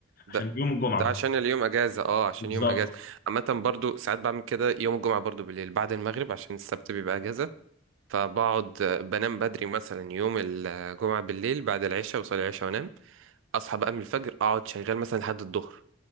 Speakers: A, on the right (about 70°); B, on the left (about 45°).
A: ده
B: عشان يوم الجمعه
A: ده عشان اليوم اجازه اه عشان
B: بالظبط
A: يوم اجازه عامه برضو ساعات بعمل كده يوم الجمعه برضو بالليل بعد المغرب عشان السبت بيبقى اجازه فبقعد آه، بنام بدري مثلا يوم الجمعه بالليل بعد العشاء وصلي العشاء وانام اصحى بقى من الفجر اقعد شغال مثلا لحد الظهر